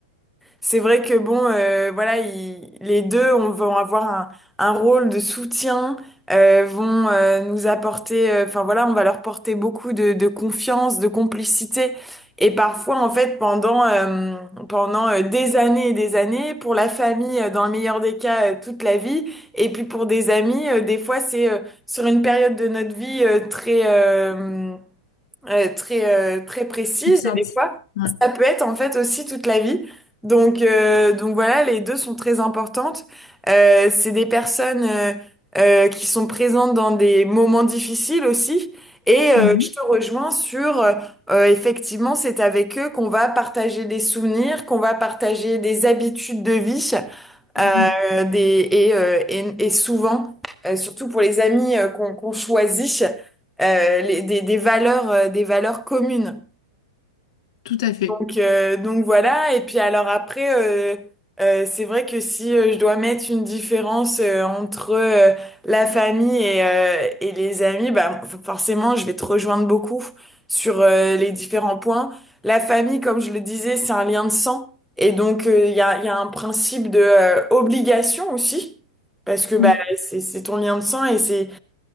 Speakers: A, in the centre; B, on the left (about 65°).
A: C'est vrai que bon, euh, voilà, ils- les deux on, vont avoir un, un rôle de soutien, euh, vont euh, nous apporter, euh, enfin voilà, on va leur porter beaucoup de, de confiance, de complicité. Et parfois, en fait, pendant, euh, pendant euh, des années et des années, pour la famille, euh, dans le meilleur des cas, euh, toute la vie, et puis pour des amis, euh, des fois, c'est euh, sur une période de notre vie euh, très, euh, euh, très, euh, très précise
B: Succincte.
A: et des fois,
B: Ouais.
A: ça peut être en fait aussi toute la vie. Donc, euh, donc voilà, les deux sont très importantes. Euh, c'est des personnes euh, euh, qui sont présentes dans des moments difficiles aussi. Et euh,
B: Mhm.
A: je te rejoins sur, euh, euh, effectivement, c'est avec eux qu'on va partager des souvenirs, qu'on va partager des habitudes de vie.
B: Mhm.
A: Euh, des, et, euh, et, et souvent, euh, surtout pour les amis euh, qu'on qu'on choisit, euh, les- des, des valeurs, euh, des valeurs communes.
B: Tout à fait.
A: Donc, euh, donc voilà, et puis alors après, euh, euh, c'est vrai que si euh, je dois mettre une différence euh, entre euh, la famille et, euh, et les amis, bah, f- forcément, je vais te rejoindre beaucoup sur euh, les différents points. La famille, comme je le disais, c'est un lien de sang, et donc euh, il y a, il y a un principe de euh, obligation aussi, parce que bah,
B: Mm.
A: c'est c'est ton lien de sang et c'est